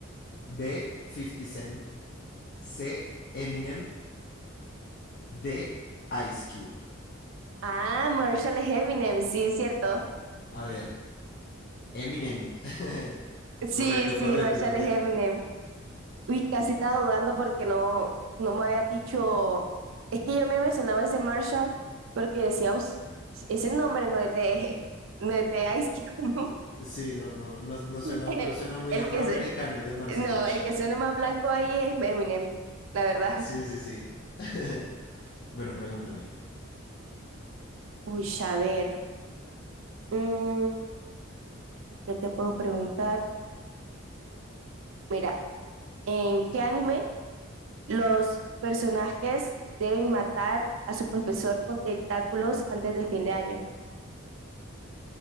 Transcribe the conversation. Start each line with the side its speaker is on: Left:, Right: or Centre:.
Left: B. 50 Cent. C. Eminem. D. Ice Cube.
Right: Ah, Marshall es Eminem, sí, cierto.
Left: A ver, Eminem. <laughs>
Right: Sí,
Left: correcto,
Right: sí,
Left: correcto,
Right: Marshall
Left: correcto.
Right: es Eminem. Uy, casi estaba dudando porque no, no me había dicho. Es que yo a mí me sonaba ese Marshall porque decía, "Uy, ese nombre no es de, <laughs> no es de Ice Cube.
Left: Sí, no, no, no, no suena,
Right: El,
Left: no suena muy
Right: el
Left: afroamericano
Right: que se,
Left: llamarse
Right: no,
Left: Marshall.
Right: el que suena más blanco ahí es Eminem, la verdad.
Left: Sí, sí, sí. <laughs> Bueno, pregúntame.
Right: Uy, a ver, mm, ¿qué te puedo preguntar? Mira, ¿en qué anime los personajes deben matar a su profesor con tentáculos antes de fin de año?